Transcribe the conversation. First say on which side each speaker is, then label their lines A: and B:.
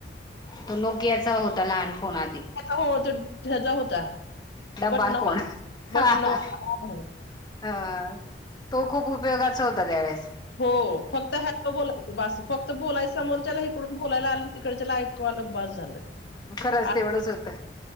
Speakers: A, on the left; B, on the left.
A: तो नोकियाचा होता लहान फोन आधी
B: हो
A: डब्बा
B: बट नवा
A: फोन.
B: बट
A: हा
B: नवा
A: हा अ तो खूप उपयोगाचा होता त्यावेेळेस
B: हो फक्त हॅलो बोलायचं बसू फक्त बोलाय समोरच्याला इकडून बोलायला आलं तिकडच लाईटकवालं बंद झालं
A: खरंच
B: आ
A: तेवढंच होतं